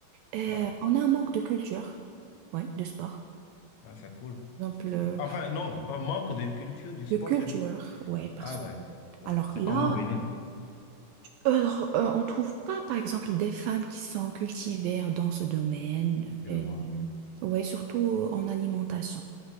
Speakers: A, on the right; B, on the left.
A: euh,
B: Ouais,
A: on a un manque de culture. Ouais, de sport.
B: Ouais, c'est cool.
A: Par exemple, euh,
B: Enfin, non, un manque de culture du sport,
A: de culture.
B: tu as dit?
A: Ouais, parce
B: Ah ouais.
A: que...
B: Bon,
A: Alors
B: c'est
A: là,
B: comme au Bénin,
A: alors, euh, on trouve pas, par exemple, des femmes qui sont cultivées dans ce domaine.
B: je
A: Et,
B: vois.
A: euh, ouais, surtout en alimentation.